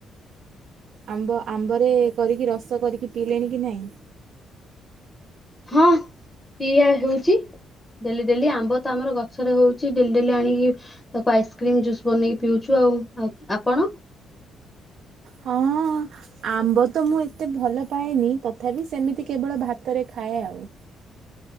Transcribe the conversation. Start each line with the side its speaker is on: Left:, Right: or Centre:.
Right: ଆମ୍ବ ଆମ୍ବରେ କରିକି ରସ କରିକି ପିଇଲେଣି କି ନାଇଁ?
Left: ହଁ ପିୟା ହଉଚି। ଡେଲି ଡେଲି ଆମ୍ବ ତ ଆମର ଗଛରେ ହଉଚି ଡେଲି ଡେଲି ଆଣିକି ତାକୁ ଆଇସ୍କ୍ରିମ ଜୁସ୍ ବନେଇକି ପିଉଚୁ ଆଉ ଆଉ ଆପଣ?
Right: ହଁ। ଆମ୍ବ ତ ମୁଁ ଏତେ ଭଲ ପାଏନି ତଥାପି ସେମିତି କେବଳ ଭାତରେ ଖାଏ ଆଉ।